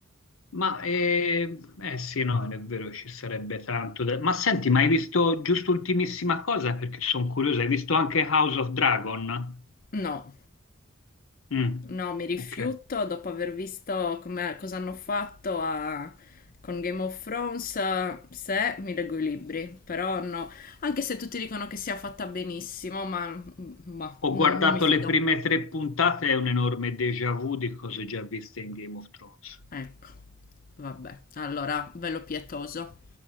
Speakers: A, on the left; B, on the left.
A: Ma eh, eh, sì, no, è vero, ci sarebbe tanto da... Ma senti, ma hai visto giusto ultimissima cosa? Perché sono curiosa, hai visto anche House of Dragon?
B: No,
A: Mm,
B: no, mi rifiuto
A: ok.
B: dopo aver visto come- cosa hanno fatto a- con Game of Thrones. eh, Se mi leggo i libri, però no, anche se tutti dicono che sia fatta benissimo, ma, ma
A: Ho
B: non
A: guardato
B: non mi fido.
A: le prime tre puntate, è un enorme déjà vu di cose già viste in Game of Thrones.
B: Ecco, vabbè, allora, velo pietoso.